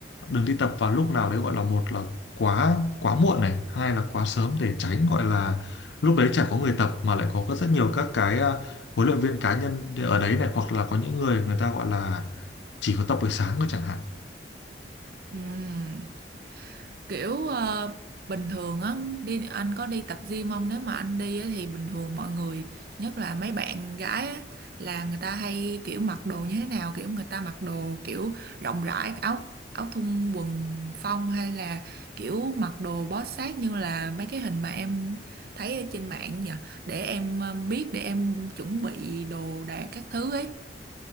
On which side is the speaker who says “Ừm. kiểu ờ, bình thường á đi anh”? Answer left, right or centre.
Right